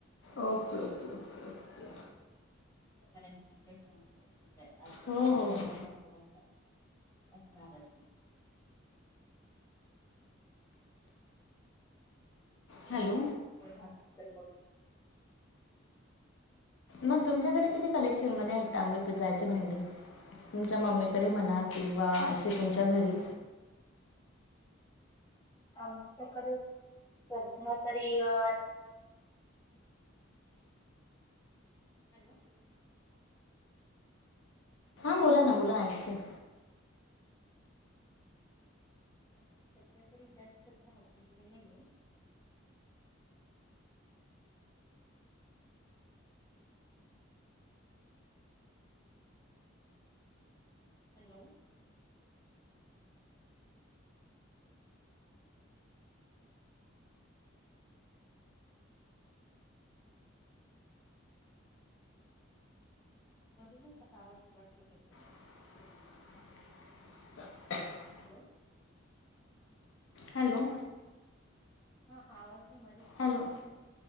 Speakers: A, on the left; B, on the left.
A: ओके-ओके-ओके-ओके.
B: कारण की कसं आहं <inaudible> आज
A: हो हो
B: पावसामुळे
A: हो
B: ना थोडासा असणार आहे पण. <unintelligible>
A: हॅलो मग तुमच्याकडे किती कलेक्शन मध्ये आहेत, ताबं, पितळाचे भांडी? तुमच्या मम्मीकडे म्हणा किंवा अशे तुमच्या घरी?
B: आमच्याकडे सध्या तरी अ हॅलो.
A: हा बोला
B: येतोय
A: ना,
B: आवाज
A: बोला ऐकतेय.
B: पण सध्या तरी जास्त धातूचं नाहीये. हॅलो. मधूनच आवाज कट होतोय
A: <unintelligible>
B: हॅलो.
A: हॅलो.
B: हा आवाज काय मध्येच
A: हॅलो
B: कट होतोय.